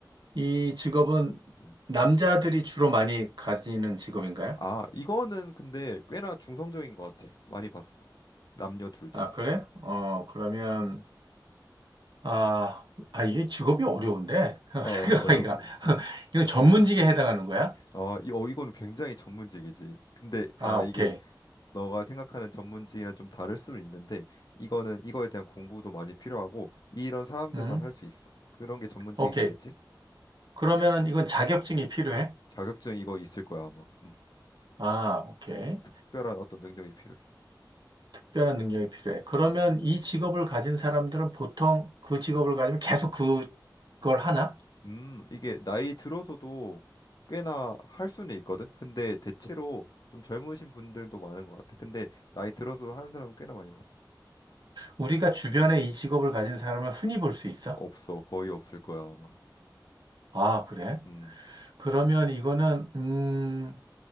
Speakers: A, on the right; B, on the left.
A: 이 직업은
B: 음.
A: 남자들이 주로 많이 가지는 직업인가요?
B: 아, 이거는 근데 꽤나 중성적인 것 같아. 많이 봤어. 남녀 둘 다.
A: 아, 그래? 어, 그러면, 아, 아, 이게 직업이 어려운데? <laughs>
B: 어,
A: 생각하기가.
B: 어려워.
A: <laughs>
B: 음.
A: 이거 전문직에 해당하는 거야?
B: 아, 이, 어, 이거는 굉장히 전문직이지. 근데
A: 아,
B: 아,
A: 오케이.
B: 이게 너가 생각하는 전문직이랑 좀 다를 수는 있는데 이거는 이거에 대한 공부도 많이 필요하고 이런 사람들만
A: 음,
B: 할 수 있어. 그런 게 전문직이겠지?
A: 오케이. 그러면은 이건 자격증이 필요해?
B: 자격증 이거 있을 거야 아마. 음,
A: 아, 오케이.
B: 특, 특별한 어떤 능력이 필요해.
A: 특별한 능력이 필요해. 그러면 이 직업을 가진 사람들은 보통 그 직업을 가지면 계속 그, 그걸 하나?
B: 음, 이게 나이 들어서도 꽤나 할 수는 있거든. 근데 대체로 좀 젊으신 분들도 많은 것 같아. 근데 나이 들어서 하는 사람 은 꽤나 많이 봤어.
A: 우리가 주변에 이 직업을 가진 사람을 흔히 볼 수 있어?
B: 없어, 거의 없을 거야 아마.
A: 아, 그래?
B: 음,
A: 그러면 이거는, 음,